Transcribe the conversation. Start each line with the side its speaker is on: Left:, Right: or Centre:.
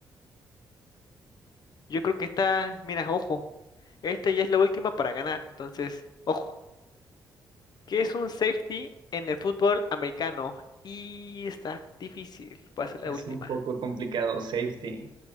Left: Yo creo que esta, mira, ojo, esta ya es la última para ganar, entonces, ojo. ¿Qué es un safety en el fútbol americano? Y está difícil, va a ser la
Right: Es
Left: última.
Right: un poco complicado, safety.